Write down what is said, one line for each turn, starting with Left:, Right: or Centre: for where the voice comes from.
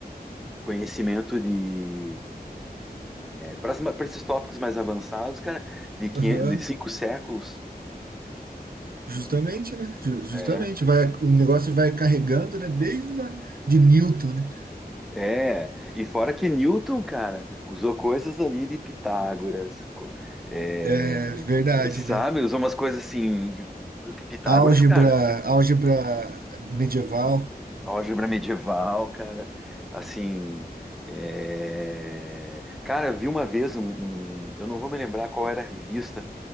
Centre: conhecimento de. para esses tópicos mais avançados, cara, de, 500,
Right: Aham,
Centre: de cinco séculos.
Right: Justamente, né? Ju- Justamente,
Centre: é,
Right: vai, o negócio vai carregando, né? Desde a, de Newton, né?
Centre: É, e fora que Newton, cara, usou coisas ali de Pitágoras, co- é,
Right: É verdade,
Centre: sabe?
Right: né?
Centre: Usou umas coisas assim, que que Pitágoras,
Right: Álgebra,
Centre: cara,
Right: álgebra medieval.
Centre: álgebra medieval, cara, assim, é, cara, vi uma vez um, um- eu não vou me lembrar qual era a revista,